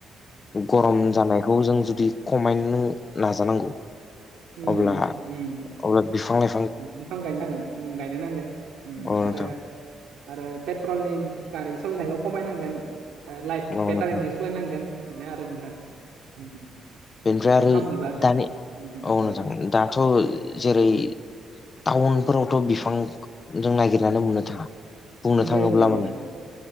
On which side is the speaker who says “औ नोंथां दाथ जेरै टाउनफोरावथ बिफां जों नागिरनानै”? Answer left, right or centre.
Left